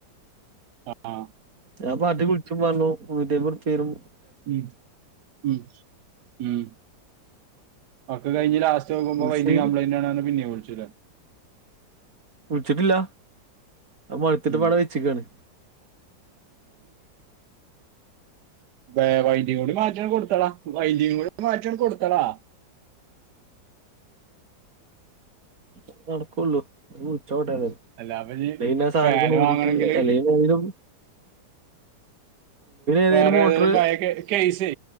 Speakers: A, on the right; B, on the right.
A: അ ആ
B: ഞാൻ പാർട്ടിക്ക് വിള്ച്ചും പറഞ്ഞു നൂറ്റയ്മ്പത്ർപ്യവെരും
A: ഉം ഉം ഉം ഒക്കെ കയ്ഞ് ലാസ് ച്ചോക്കുമ്പോ
B: ബുഷ്
A: <unintelligible> കംപ്ലയ്ന്റാണ് പർഞ് പിന്നെ വിളിച്ചു രാ
B: വിളിച്ച്ട്ട്ല്ല അത് മൊള്ത്തിട്ട്പ്പാടെ
A: ഉം
B: വെച്ച്ക്കാണ്
A: വെ വൈദ്യം കൂടി മാട്ട്യണ്ട് കൊട്ത്താളാ വൈദ്യം കൂടെ മാറ്റിഅണ്ട് കൊടുത്തളാ
B: അത് നട്കൊള്ളു ജ്ജ് എവിടെണ്
A: അല്ല അപ്പൊ
B: <unintelligible> അ സാനൊക്കെ
A: ഫാന്
B: ഊരീറ്റ്
A: വാങ്ങണമെങ്കിൽ
B: <unintelligible> ഏതെങ്കിലും
A: വേറെ
B: മോട്ടർ
A: ഏതേലും പയെ കെ കെയ്സെ